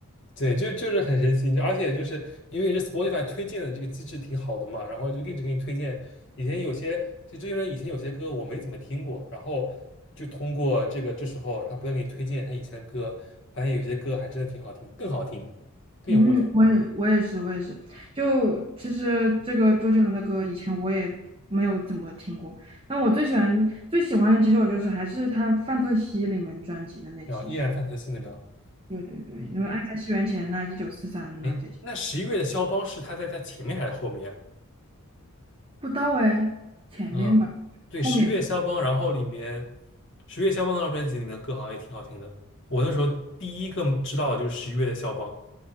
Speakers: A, on the left; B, on the right.
A: 对，就就是很神奇，就而且就是因为这 Spotify 推荐的这个机制挺好的嘛，然后就一直给你推荐。以前有些，其实这些人以前有些歌我没怎么听过，然后就通过这个这时候他不断给你推荐他以前的歌，发现有些歌还真的挺好听，更好听，更有味道，
B: 嗯，我也我也是我也是，就其实这个周杰伦的歌以前我也没有怎么听过，但我最喜欢最喜欢的几首就是还是他《范特西》里面专辑的那几首，
A: 然后依然范特西那张。
B: 对对对，
A: 嗯嗯，
B: 因为《爱在西元前》呐，《一九四三》呐这几，
A: 哎，那十一月的肖邦是他在他前面还是后面啊？
B: 不到哎，前面吧，
A: 嗯，对，
B: 后面吧
A: 十月肖邦，然后里面十月肖邦那张专辑里面的歌好像也挺好听的。我那时候第一个知道的就是十一月的肖邦，